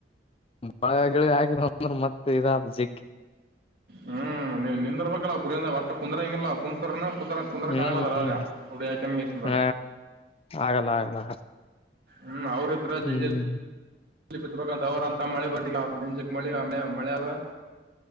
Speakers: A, on the left; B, on the right.
A: ಮಳಗಿಲೆ ಹಾಕಿದ್ರ ಮತ್ತೆ ಇದವು ಜಿಗ್
B: ಹ್ಮ್ ನಿಂದಿರ್ಬೇಕಲ್ಲ ಹೊಟ್ಟ ಒಬ್ಬರು ಕುಂದ್ರ ಹಂಗಿಲ್ಲ ಕು ಕು ಕುಂದರಕ್
A: ಹ್ಮ್
B: ಆಗ್ಲದಾಗ
A: ಹ್ಮ್
B: ಹುಡಿ ಯಾಕ ಮೇರಿಸಿಕೊಂಡು
A: ಹ ಆಗಲ್ಲ ಆಗಲ್ಲ
B: ಹ್ಮ್ ಅವ್ರ ಇದ್ರ
A: ಹ್ಮ್
B: ಜಲ್ ಪತ್ಬೇಕಾದ ಅವರ ಅಂತ ಮಳೆ ಬರ್ಟ್ಟಿಗೆ ಹೆಂಜಿ ಮಳೆ ಮ ಮಳೆಯವೇ